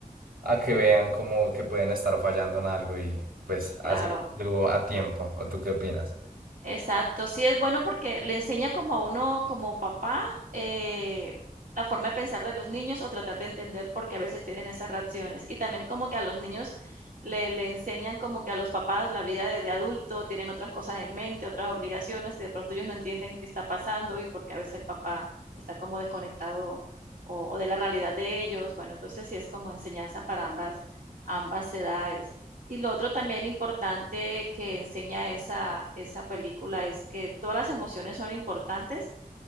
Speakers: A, on the right; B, on the right.
A: a que vean como que pueden estar fallando en algo y pues hacer
B: claro.
A: algo a tiempo. ¿O tú qué opinas?
B: Exacto, sí es bueno porque le enseña como a uno, como papá, eh, la forma de pensar de los niños o tratar de entender por qué a veces tienen esas reacciones. Y también como que a los niños le, le enseñan como que a los papás la vida de, de adulto, tienen otras cosas en mente, otras obligaciones que de pronto ellos no entienden qué está pasando y porque a veces el papá está como desconectado o, o de la realidad de ellos. Bueno, entonces sí es como enseñanza para ambas, ambas edades. Y lo otro también importante que enseña esa, esa película es que todas las emociones son importantes,